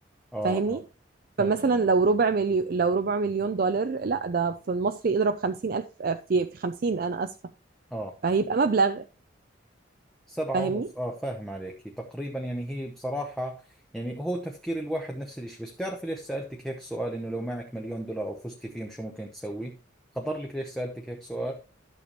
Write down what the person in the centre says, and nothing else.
آه
آه فهمت
عليك
آه
سبعة
ونص اه فاهم عليك تقريبا يعني هي بصراحة يعني هو تفكير الواحد نفس الاشي بس بتعرفي ليش سألتك هيك سؤال انه لو معك مليون دولار او فزتي فيهم شو ممكن تسوي خطر لك ليش سألتك هيك سؤال